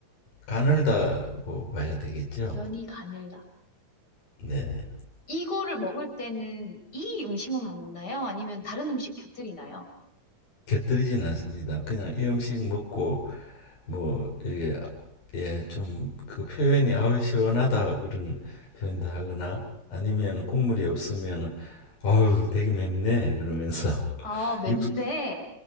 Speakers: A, on the left; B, on the left.
A: 가늘다고 봐야 되겠죠.
B: 면이 가늘다.
A: 네.
B: 이거를 먹을 때는 이 음식만 먹나요? 아니면 다른 음식 곁들이나요?
A: 곁들이진 않습니다. 그냥 이 음식 먹고 뭐 이게 예, 좀 그 표현이 아우 시원하다 그런 표현도 하거나 아니면 국물이 없으면아 되게 맵네 그러면서 <laughs>
B: 아, 맵네.
A: 육수